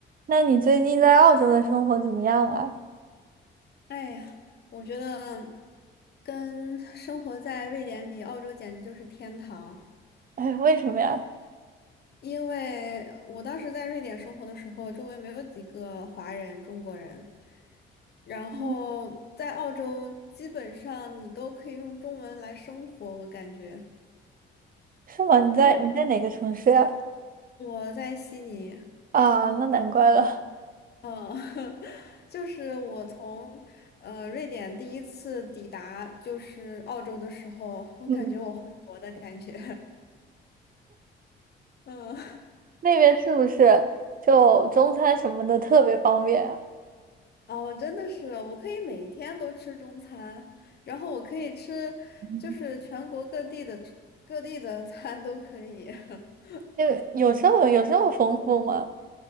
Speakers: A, on the right; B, on the left.
A: 那你最近在澳洲的生活怎么样啊？
B: 哎呀，我觉得跟生活在瑞典比，澳洲简直就是天堂。
A: 哎，为什么呀？
B: 因为我当时在瑞典生活的时候，周围没有几个华人、中国人，然后在澳洲基本上你都可以用中文来生活，
A: 嗯
B: 我感觉。
A: 是吗？你在你在哪个城市呀？
B: 就我在悉尼，
A: 啊，那难怪了。
B: 嗯，<laughs> 就是我从呃瑞典第一次抵达就是澳洲的时候，我感觉我回国的感觉，
A: 嗯，
B: <laughs> 嗯。
A: 那边是不是就中餐什么的特别方便啊？
B: 哦，真的是，我可以每一天都吃中餐，然后我可以吃，
A: 嗯
B: 就是全国各地的各地的餐都可以。<laughs>
A: 那个有这么有这么丰富吗？